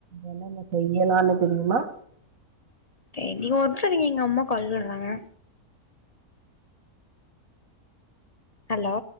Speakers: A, on the right; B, on the left.
A: என்னென்ன செய்யலானு தெரியுமா
B: செரி ஒர் நிம்ஸிருங்க எங்க அம்மா கால் விற்றாங்க ஹலோ